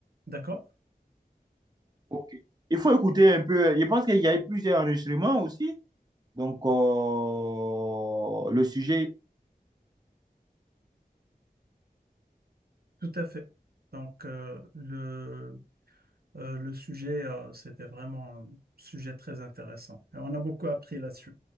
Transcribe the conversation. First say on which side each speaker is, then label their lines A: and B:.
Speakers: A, on the right; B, on the right.
A: D'accord?
B: ok. Il faut écouter un peu. euh, Je pense qu'il y a eu plusieurs enregistrements aussi. Donc, euh, le sujet.
A: Tout à fait. Donc, euh, le, euh, le sujet, euh, c'était vraiment un sujet très intéressant. Et on a beaucoup appris là-dessus.